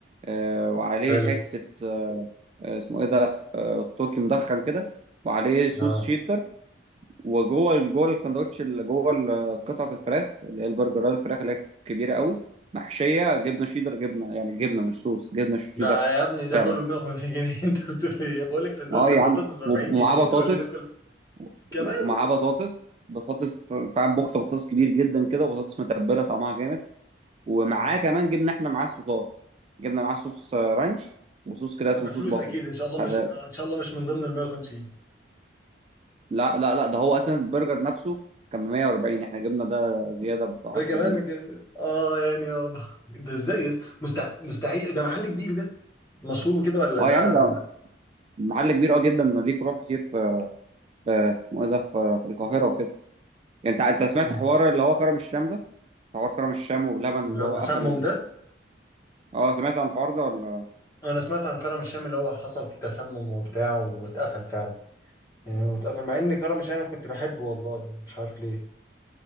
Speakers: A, on the right (about 30°); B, on the left (about 20°).
A: آه وعليه
B: حلو
A: حته آه اسمه ايه ده آه تركي مدخن كده وعليه صوص
B: اه
A: شيدر وجوه جوه الساندوتش اللي جوه ال- قطعه الفراخ اللي هي البرجر الفراخ اللي هي كبيره قوي محشيه جبنه شيدر جبنه يعني جبنه مش صوص جبنه شيدر
B: ده يا ابني ده
A: فعلا
B: كله ب 150 جنيه <laughs> انت بتقول لي إيه؟ بقول لك سندوتش
A: اه يا
B: البطاطس
A: عم
B: ب 40
A: ومعاه
B: جنيه
A: بطاطس
B: تقول لي ده كله كمان
A: ومعاه بطاطس بطاطس فعلا بوكس بطاطس كبير جدا كده وبطاطس متبله طعمها جامد ومعاه
B: آه.
A: كمان جبنا احنا معاه الصوصات جبنا معاه صوص آه، رانش وصوص كده اسمه
B: ده بفلوس
A: صوص بافلو
B: اكيد ان شاء الله
A: حراق.
B: مش آه، ان شاء الله مش من ضمن ال 150
A: لا لا لا ده هو اصلا البرجر نفسه كان ب 140 احنا جبنا ده زياده ب
B: ده
A: 10
B: كمان
A: جنيه
B: ك- اه يعني اه ده ازاي يس- مستع... مستحيل ده محل كبير ده مشهور وكده ولا
A: اه
B: ده
A: يا عم ده محل كبير اه جدا ليه فروع كتير في في اسمه ايه ده في, في القاهره وكده يعني انت انت
B: مم.
A: سمعت حوار اللي هو كرم الشام ده حوار كرم الشام وبلبن اللي
B: اللي هو
A: هو
B: التسمم
A: قفله
B: ده
A: اه سمعت عن الحوار ده ولا
B: انا سمعت عن كرم الشام اللي هو حصل فيه تسمم وبتاع واتقفل فعلا يعني هو اتقفل مع ان كرم الشام كنت بحبه والله مش عارف ليه